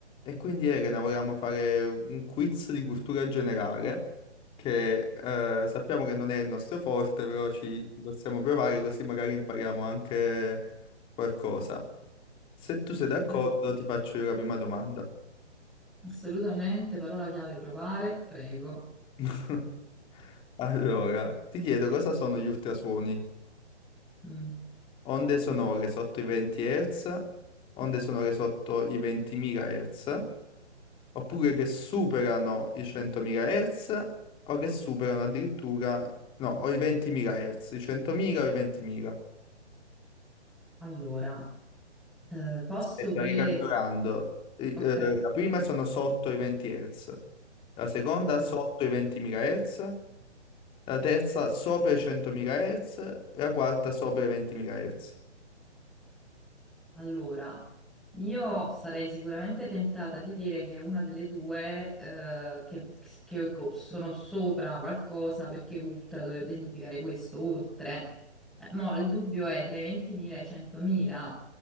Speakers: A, on the left (about 15°); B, in the centre.
A: E quindi Elena volevamo fare un quiz di cultura generale, che eh, sappiamo che non è il nostro forte, però ci ci possiamo provare così magari impariamo anche qualcosa. Se tu sei d'accordo,
B: Eh,
A: ti faccio io la prima domanda.
B: Assolutamente, parola chiave provare, prego.
A: <laughs> Allora, ti chiedo cosa sono gli ultrasuoni?
B: Mm,
A: onde sonore sotto i 20 Hz, onde sonore sotto i 20.000 Hz, oppure che superano i 100.000 Hz o che superano addirittura, no, o i 20.000 Hz, i 100.000 o i 20.000.
B: Allora, eh, posso
A: Aspetta,
B: che...
A: ricapitolando, i-
B: Ok,
A: eh, la prima sono sotto i 20 Hz, la seconda
B: mm,
A: sotto i 20.000 Hz, la terza sopra i 100.000 Hz, la quarta sopra i 20.000 Hz.
B: Allora, io sarei sicuramente tentata di dire che una delle due, eh, che, che co- sono sopra qualcosa, perché ULT dovrebbe significare questo, oltre. Eh, mo, il dubbio è tra i 20.000 e i 100.000.